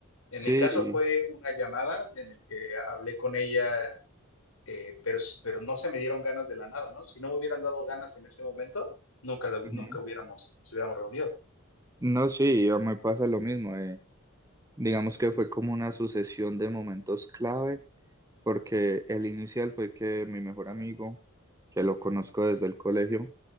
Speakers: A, on the left; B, on the right.
A: En
B: sí.
A: mi caso fue una llamada en el que hablé con ella eh, pero, pero no se me dieron ganas de la nada, ¿no? Si no me hubieran dado ganas en ese momento, nunca, la hu-
B: ujú.
A: nunca hubiéramos, se hubiéramos reunido.
B: No, sí, a mí me pasa lo mismo. eh. Digamos que fue como una sucesión de momentos clave porque el inicial fue que mi mejor amigo, que lo conozco desde el colegio,